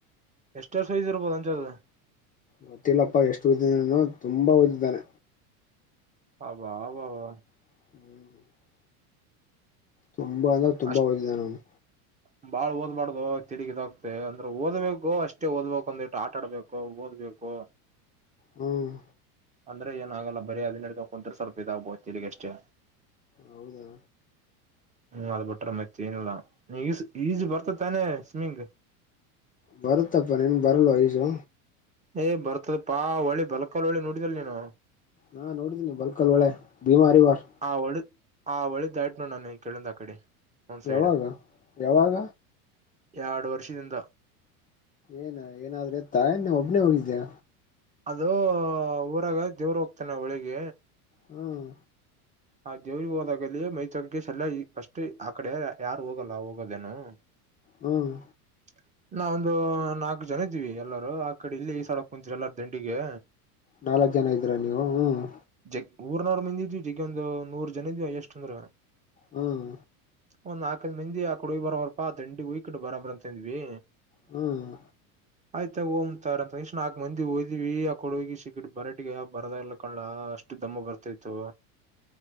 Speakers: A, on the right (about 15°); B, on the left (about 20°).
A: ಎಷ್ಟ ವರ್ಷ ಇದ್ದಿರಬಹುದು ಅಂದಾಜ.
B: ಗೊತ್ತಿಲ್ಲಪ್ಪ ಎಷ್ಟು ಓದಿದಾನೆನೋ ತುಂಬಾ ಓದಿದ್ದಾನೆ.
A: ಅಬ್ಬಾಬ್ಬಾ.
B: ಹ್ಮ್ ತುಂಬಾ ಅಂದ್ರೆ ತುಂಬಾ
A: ಅಷ್ಟು
B: ಓದಿದ್ದಾನೆ ಅವ್ನು
A: <inaudible> ಬಾಳ್ ಓದ್ಬಾರ್ದ ತಿರುಗ್ಗ್ತೆ ಅಂದ್ರೆ ಓದ್ಬೇಕು ಅಷ್ಟೇ ಓದ್ಬೇಕು ಅಂದಟ್ಟು ಆಟಾಡ್ಬೇಕು ಓದ್ಬೇಕು
B: ಹ್ಮ್
A: ಅಂದ್ರೆ ಏನಾಗಲ್ಲ ಬರಿ ಅದ ನಡ ಕುಂತತ್ ಸ್ವಲ್ಪ ಇದಾಗ್ಬಹು ಇಲ್ಲಿಗ ಅಷ್ಟೇ
B: ಹೌದಾ
A: ಹ್ಮ್ ಅದ್ ಬಿಟ್ರೆ ಮತ್ತೆ ಏನಲ್ಲ ಈ ಈಜ ಬರ್ತ ತಾನೆ ಸಮಿಂಗ
B: ಬರುತ್ತಪ್ಪ ನೀನ್ ಬರಲ್ವ ಈಜು
A: ಏ್ ಬರ್ತದ ಪಾ ಹೊಳಿ ಬಲಕಲ್ ಒಳಿ ನೋಡಿದಲ್ ನೀನು
B: ನಾ ನೋಡಿದ್ದೀನಿ ಬಲ್ಕ ಅಲ್ ಒಳ್ಳೆ ಭೀಮಾರ್ ಇವಾರ್
A: ಆ ಒಳಿದ ಆ ಒಳ್ದಾಯಟ್ ನ ನಾನ ಕೆೇಳಂದ್ ಆ ಕಡೆ ಒಂದ್ ಸೈಡ್
B: ಯಾವಾಗ ಯಾವಾಗ
A: ಎರಡು ವರ್ಷದಿಂದ
B: ಏನ ಏನಾದ್ರೆ ತಾಯನ್ನ ಒಬ್ಬನೇ ಹೋಗಿದ್ದ್ಯಾ
A: ಅದು ಊರಾಗ ದೇವ್ರ ಹೋಗ್ತಾನ ಒಳಿಗ್
B: ಹ್ಮ್
A: ಆ ದೇವ್ರಿಗೆ ಹೋದಾಗಲ್ಲಿ ಮೈತ್ಕೇಶ್ ಎಲ್ಲಾ ಫಸ್ಟ್ ಆ ಕಡೆ ಯಾರು ಹೋಗಲ್ಲ ಹೋಗೋದೇನು <inaudible>
B: ಹ್ಮ್
A: ಹ ನಾವೊಂದು ನಾಲ್ಕ್ ಜನ ಇದೀವಿ ಎಲ್ಲಾರೂ ಆ ಕಡೆ ಇಲ್ಲಿ ಈ ಸ ಆಡಕ್ ಕುಂತರು ಎಲ್ಲಾರ ದಂಡಿಗೆ
B: ನಾಲ್ಕ್ ಜನ ಇದೀರಾ ನೀವು ಹ್ಮ
A: ಜಗ್ ಊರ್ನಾರ ಮಂದ ಇದ್ವಿ ಜಗ್ ಒಂದು ನೂರ್ ಜನ ಇದ್ವಿ ಎಷ್ಟ ಅಂದ್ರ
B: ಹ್ಮ್
A: ಒಂದ್ ನಾಕಲ್ ಮಂದಿ ಆಕ ಹಿ ಬರಬರಪ್ಪಾ ದಂಡಿ ಹುಯ್ಕಟ್ಟ ಬರ ಬರ ಅಂತ ಇದ್ವಿ
B: ಹ್ಮ್
A: <inaudible> ಆಯ್ತ ಓಮ್ ತಾರ ಅಂತ ಅನು ನಾಕ್ ಮಂದಿ ಓದಿವವಿ ಆ ಕೊಡ ಹೋಗಿ ಸಿಗಟ್ ಬರಾಟಗ ಬರದಲ್ಲ ಕಾಣಲಾಷ್ಟ ಎಷ್ಟ ದಮ್ಮ ಬರ್ತೈತ್ತು